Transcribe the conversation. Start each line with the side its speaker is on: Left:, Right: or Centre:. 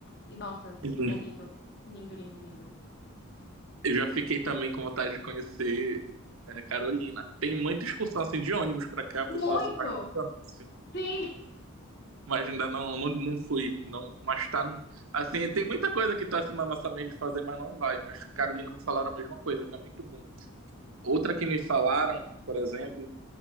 Left: E, nossa,
Right: Sim.
Left: é lindo, lindo, lindo, lindo.
Right: Eu já fiquei também com vontade de conhecer é, Carolina. Tem muita excursão assim, de ônibus para cá, a pessoa
Left: Muito!
Right: assim, faz muito anúncio.
Left: Sim!
Right: Mas ainda não, não, não fui. Não, mas tá. Assim, tem muita coisa que tá assim na nossa mente de fazer, mas não vai. Mas Carolina me falaram a mesma coisa, que é muito bom. Outra que me falaram, por exemplo,